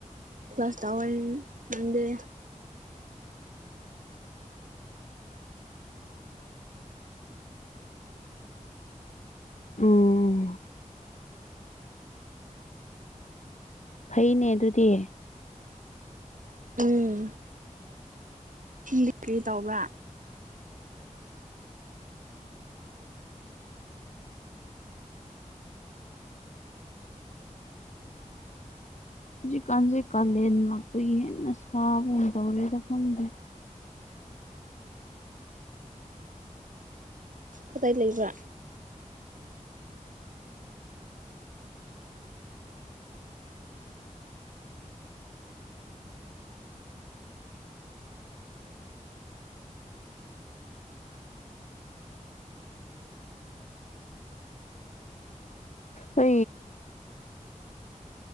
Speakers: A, on the right; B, on the left.
A: ꯀ꯭ꯂꯥꯁ ꯇꯋꯥꯏ ꯃꯗꯦ
B: ꯎꯝ ꯐꯩꯅꯦ ꯑꯗꯨꯗꯤ
A: ꯎꯝ ꯗꯤ ꯀ꯭ꯔꯤ ꯇꯧꯕ꯭ꯔꯥ
B: ꯍꯧꯖꯤꯛꯀꯥꯟꯁꯦ ꯀꯥꯂꯦꯟ ꯃꯈꯨ ꯍꯦꯟꯅ ꯁꯥꯕꯨꯝ ꯇꯧꯔꯦꯗꯐꯝꯪꯗꯦ
A: ꯀꯗꯥꯏ ꯂꯩꯕ
B: ꯍ